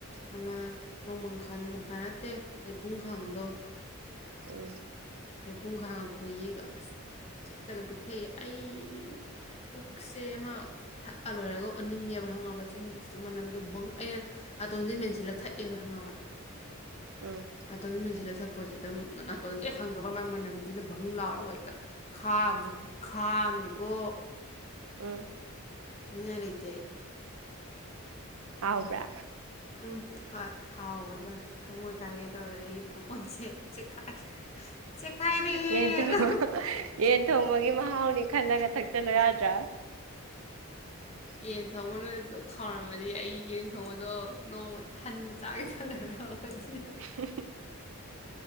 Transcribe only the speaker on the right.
ꯎꯝ
ꯎꯝ
ꯎꯝ
ꯍꯥꯎꯕ꯭ꯔꯥ
ꯌꯦꯟ ꯊꯣꯡꯕ ꯌꯦꯟ ꯊꯣꯡꯕꯒꯤ ꯃꯍꯥꯎꯅꯤ ꯈꯜꯂꯒ ꯊꯛꯆꯜꯂꯣ ꯌꯥꯗ꯭ꯔꯥ <inaudible>
ꯎ <unintelligible>